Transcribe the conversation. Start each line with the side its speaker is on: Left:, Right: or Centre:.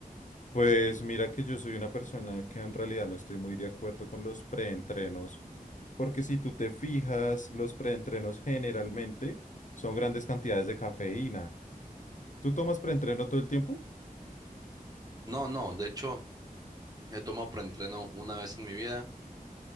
Left: Pues mira que yo soy una persona que en realidad no estoy muy de acuerdo con los preentrenos, porque si tú te fijas, los preentrenos generalmente son grandes cantidades de cafeína. ¿Tú tomas preentreno todo el tiempo?
Right: No, no, de hecho, he tomado preentreno una vez en mi vida,